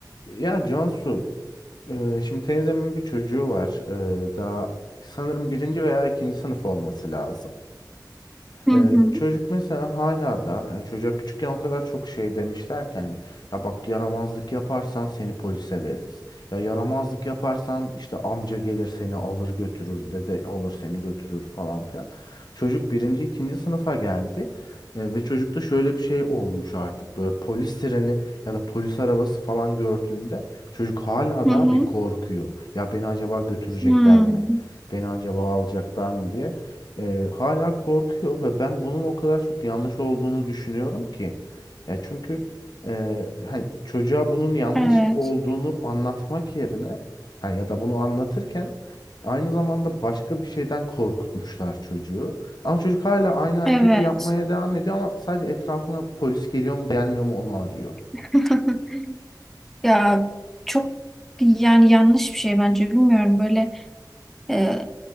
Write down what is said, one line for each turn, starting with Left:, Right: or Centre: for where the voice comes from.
Left: Ya Cansu, e, şimdi teyzemin bir çocuğu var. E, Daha sanırım birinci veya ikinci sınıf olması lazım.
Centre: Hı
Left: Ee,
Centre: hı.
Left: çocuk mesela hala da yani çocuğa küçükken o kadar çok şey demişler ki hani ya bak yaramazlık yaparsan seni polise veririz. Ya yaramazlık yaparsan işte amca gelir seni alır götürür dede alır seni götürür falan filan. Çocuk birinci ikinci sınıfa geldi Ee, ve çocukta şöyle bir şey olmuş artık böyle polis sireni ya da polis arabası falan gördüğünde çocuk hala
Centre: Hı
Left: da
Centre: hı.
Left: bir korkuyor. Ya beni acaba götürecekler
Centre: Hmm.
Left: mi? Beni acaba alacaklar mı diye e, hala korkuyor ve ben bunun o kadar çok yanlış olduğunu düşünüyorum ki. Ya çünkü e, hani çocuğa bunun yanlış
Centre: Evet.
Left: olduğunu anlatmak yerine ha, ya da bunu anlatırken aynı zamanda başka bir şeyden korkutmuşlar çocuğu. Ama çocuk hala aynı hareketi
Centre: Evet.
Left: yapmaya devam ediyor ama sadece etrafına polis geliyor mu gelmiyor mu onu arıyor.
Centre: <laughs> Ya çok yani yanlış bir şey bence bilmiyorum böyle e,